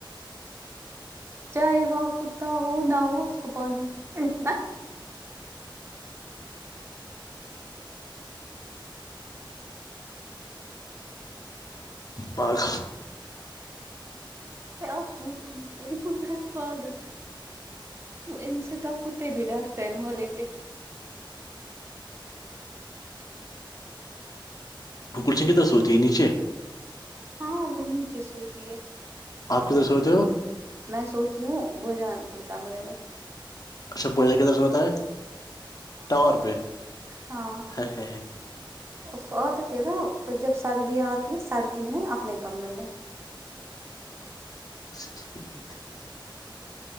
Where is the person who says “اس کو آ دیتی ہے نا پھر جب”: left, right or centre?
Right